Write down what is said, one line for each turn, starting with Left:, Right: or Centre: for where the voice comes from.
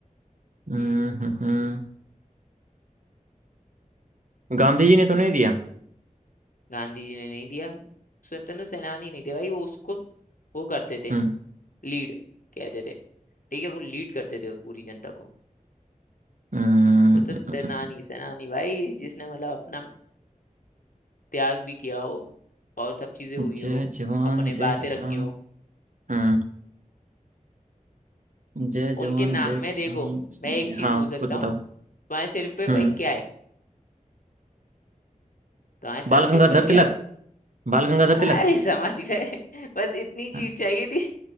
Right: हम्म
Left: हम्म,
Right: हम्म हम्म। गांधी जी ने तो नहीं दिया
Left: गांधी जी ने नहीं दिया स्वतंत्र सेनानी नहीं थे भाई वो उसको वो करते थे
Right: हम्म,
Left: लीड कहते थे ठीक है वो लीड करते थे पूरी जनता को
Right: हम्म,
Left: स्वतंत्र
Right: हम्म,
Left: सेनानी
Right: हम्म,
Left: सेनानी भाई जिसने मतलब अपना त्याग भी किया हो और सब चीजें
Right: हम्म।
Left: हुई
Right: जय
Left: हो
Right: जवान
Left: अपने
Right: जय
Left: बातें
Right: किसान
Left: रखी हो
Right: हम्म जय जवान
Left: उनके नाम
Right: जय
Left: में
Right: किसान
Left: देखो
Right: इसमें
Left: मैं एक
Right: जय
Left: चीज
Right: हाँ
Left: बोल सकता
Right: कुछ बताओ
Left: हूँ तुम्हारे सिर पे
Right: हम्म
Left: भाई क्या है तुम्हारे सर
Right: बाल
Left: के
Right: गंगाधर
Left: ऊपर क्या
Right: तिलक
Left: है
Right: बाल गंगाधर
Left: अरे
Right: तिलक
Left: समझ गए <laughs> बस इतनी चीज
Right: हाँ।
Left: चाहिए थी